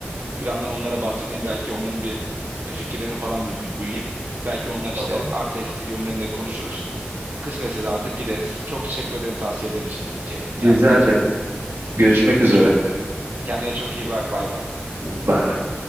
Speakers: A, on the right; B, on the right.
A: bu plandan onlara bahsedeyim. Belki onların bir e, fikirlerini falan bir du- duyayım. Belki onlar işte
B: Tamam.
A: artı eksi yönlerini de konuşuruz. Kısmetse de artık gideriz. Çok teşekkür ederim tavsiyelerin için şey Niyazi
B: Rica
A: gerçekten.
B: ederim. Görüşmek üzere.
A: Görüşmek üzere. Kendine çok iyi bak. Bay bay.
B: Bay bay.